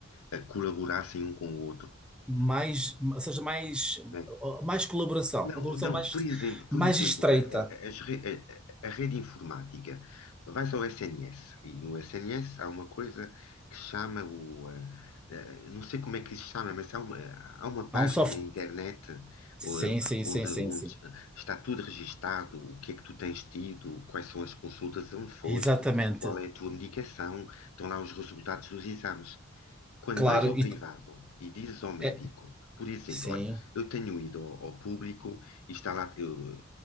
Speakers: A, on the left (about 80°); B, in the centre.
A: eh, colaborassem um com o outro.
B: mais, ou seja, mais,
A: né?
B: mais colaboração,
A: Não,
B: uma colaboração
A: não,
B: mais,
A: por exemplo, por
B: mais
A: exemplo,
B: estreita.
A: a, a- as re- a- a a rede informática, vais ao SNS e no SNS há uma coisa que se chama o, eh, eh, não sei como é que se chama, mas há uma, há uma página
B: Há um soft.
A: na internet eh,
B: Sim, sim,
A: onde,
B: sim, sim,
A: onde
B: sim.
A: está tudo registado, o que é que tu tens tido, quais são as consultas onde foste,
B: Exatamente.
A: qual é a tua medicação, estão lá os resultados dos exames. Quando
B: Claro,
A: vais ao
B: e,
A: privado e dizes ao médico,
B: é,
A: por exemplo,
B: sim,
A: olha, eu tenho ido ao, ao público e está lá, eu-